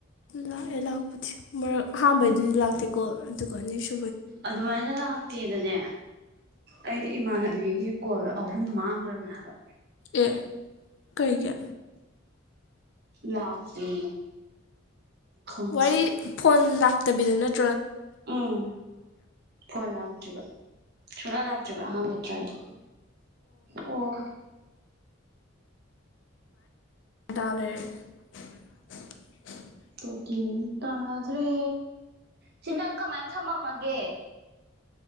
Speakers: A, on the left (about 65°); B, on the right (about 55°).
A: ꯂꯥꯛꯑꯦ ꯂꯥꯛꯄꯗꯤ꯫ ꯃꯔꯛ ꯑꯍꯥꯟꯕꯩꯗꯨꯗꯤ ꯂꯥꯛꯇꯦꯀꯣ ꯑꯗꯨꯒ ꯑꯅꯤꯁꯨ
B: ꯑꯗꯨꯃꯥꯏꯅ ꯂꯥꯛꯇꯦꯅꯅꯦ ꯑꯩ ꯏꯃꯥꯟꯅꯕꯤꯒꯤ ꯀꯣꯜ ꯑꯍꯨꯝ ꯃꯥꯡꯒ꯭ꯔꯕꯅꯦ ꯍꯥꯏꯕ꯫
A: ꯑꯦ ꯀꯩꯒꯤ꯫
B: ꯂꯥꯛꯇꯦ ꯈꯪꯗꯦ
A: ꯋꯥꯔꯤ ꯐꯣꯟ ꯂꯥꯛꯇꯕꯤꯗ ꯅꯠ
B: ꯎꯝ ꯐꯣꯟ ꯂꯥꯛꯇ꯭ꯔꯤꯕ ꯁꯨꯡꯂꯥꯛ ꯂꯥꯛꯇ꯭ꯔꯤꯕ ꯑꯍꯥꯟꯕ ꯇ꯭ꯔꯥꯏꯗꯣ ꯑꯣ
A: <unintelligible>
B: ꯇꯣꯀꯤꯡ ꯇꯥꯗ꯭ꯔꯦ ꯁꯤ ꯅꯪ ꯀꯃꯥꯏ ꯊꯝꯃꯝꯃꯒꯦ꯫